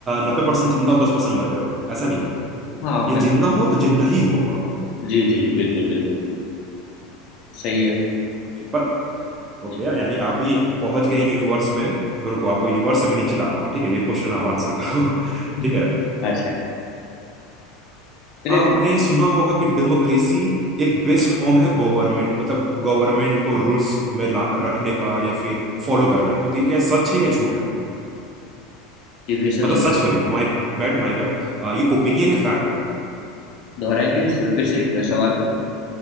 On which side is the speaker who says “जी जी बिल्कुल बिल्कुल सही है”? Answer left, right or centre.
Left